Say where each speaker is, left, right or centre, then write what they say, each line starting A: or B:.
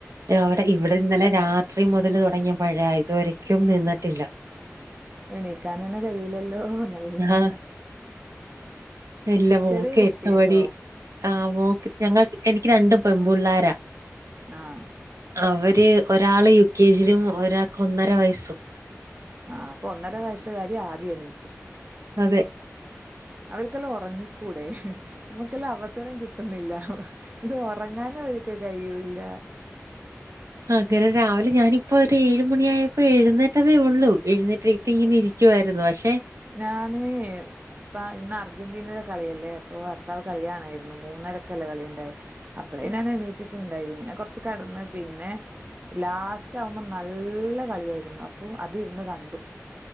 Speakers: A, on the right; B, on the right.
A: അവിടെ ഇവിടെ ഇന്നലെ രാ ത്രി മുതൽ തൊടങ്ങിയ മഴയാ ഇതുവരേക്കും നിന്നിട്ടില്ല
B: എണീക്കാൻ തന്നെ കയൂലല്ലോ എന്ന്
A: ആഹ് എല്ലാം മോക്ക്
B: ചെറിയ കുട്ടിയുണ്ടോ
A: എട്ടുമണി ആഹ് നോക്ക ഞങ്ങൾ എനിക്ക് രണ്ടാ പെമ്പുള്ളോരാ
B: ആഹ്
A: അവര് ഒരാള് യു കെ ജിലും ഒരാൾക്ക് ഒന്നര വയസ്സും
B: ആഹ് അപ്പൊ ഒന്നര വയസ്സുകാരി ആദ്യം എണീക്കും
A: അതെ
B: അവർക്കെല്ലാ ഒറങ്ങിക്കൂടെ നമുക്കെല്ലാം അവസരം കിട്ടുന്നില്ല ഇത് ഉറങ്ങാനും ഇവരക്ക് കഴിയൂല്ല
A: അങ്ങനെ രാവിലെ ഞാനിപ്പൊ ഒരു ഏഴ് മണി ആയപ്പോ എഴുന്നേറ്റതേ ഉള്ളൂ എഴുന്നേറ്റ ഇങ്ങനെ ഇരിക്കുവായിരുന്നു പക്ഷെ
B: ഞാനേ ഇപ്പൊ ഇന്ന് അർജന്റീനയുടെ കളിയല്ലേ അപ്പൊ ഭർത്താവ് കളിയാണായിരുന്നു മൂന്നരക്കല്ലേ കളിയുണ്ടായെ അപ്പളേ ഞാൻ എണീറ്റിട്ടുണ്ടായി പിന്നെ കൊറച്ച് കെടന്ന് പിന്നെ ലാസ്റ്റ് ആവുമ്പോ നല്ല കളിയായിരുന്നു അപ്പൊ അതിരുന്ന് കണ്ടു